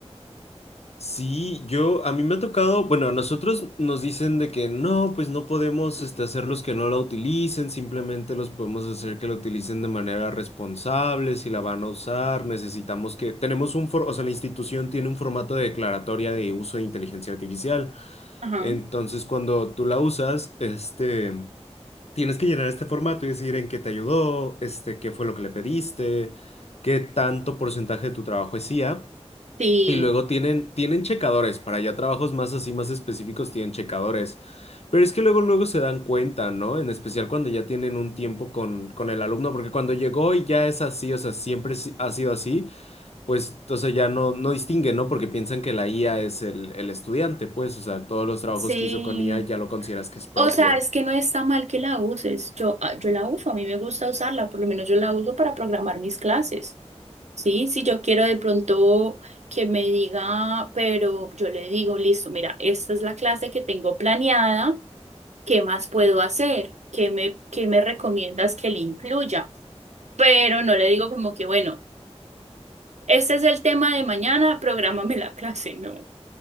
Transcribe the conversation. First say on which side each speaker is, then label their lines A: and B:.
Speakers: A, on the left; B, on the right.
A: Sí, yo, a mí me ha tocado, bueno, a nosotros nos dicen de que no, pues no podemos este, hacerlos que no la utilicen, simplemente los podemos hacer que la utilicen de manera responsable, si la van a usar, necesitamos que, tenemos un, for- o sea, la institución tiene un formato de declaratoria de uso de inteligencia artificial,
B: Ajá.
A: entonces cuando tú la usas, este, tienes que llenar este formato y decir en qué te ayudó, este, qué fue lo que le pediste, qué tanto porcentaje de tu trabajo es IA.
B: Sí,
A: Y luego tienen, tienen checadores, para ya trabajos más así, más específicos, tienen checadores. Pero es que luego, luego se dan cuenta, ¿no? En especial cuando ya tienen un tiempo con, con el alumno, porque cuando llegó y ya es así, o sea, siempre si- ha sido así, pues entonces ya no, no distinguen, ¿no? Porque piensan que la IA es el, el estudiante, pues, o sea, todos los trabajos
B: sí.
A: que hizo con IA ya lo consideras que es propio.
B: O sea, es que no está mal que la uses. Yo, ah, yo la uso, a mí me gusta usarla, por lo menos yo la uso para programar mis clases. Sí, si yo quiero de pronto que me diga, pero yo le digo, listo, mira, esta es la clase que tengo planeada, ¿qué más puedo hacer? ¿Qué me, qué me recomiendas que le incluya? Pero no le digo como que, bueno, este es el tema de mañana, prográmame la clase, no.